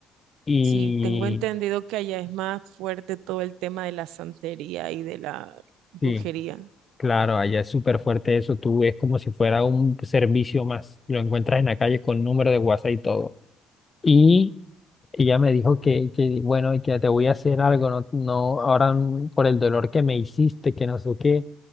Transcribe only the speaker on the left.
Y
Sí, claro, allá es súper fuerte eso, tú es como si fuera un servicio más, lo encuentras en la calle con número de WhatsApp y todo. Y ella me dijo que, que bueno, y que te voy a hacer algo, no, no, ahora mm, por el dolor que me hiciste, que no sé qué,